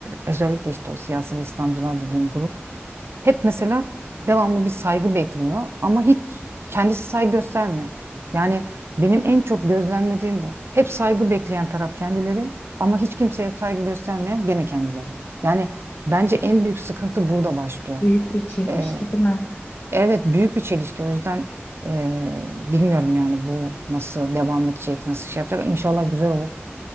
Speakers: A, on the right; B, on the left.
A: özellikle işte o siyasal İslamcılar dediğim grup hep mesela devamlı bir saygı bekliyor ama hiç kendisi saygı göstermiyor. Yani benim en çok gözlemlediğim bu. Hep saygı bekleyen taraf kendileri ama hiç kimseye saygı göstermeyen gene kendileri. Yani bence en büyük sıkıntı burada başlıyor.
B: Büyük bir çelişki
A: Ee,
B: değil mi?
A: evet büyük bir çelişki o yüzden ee, bilmiyorum yani bu nasıl devam edecek, nasıl şey yapacak. İnşallah güzel olur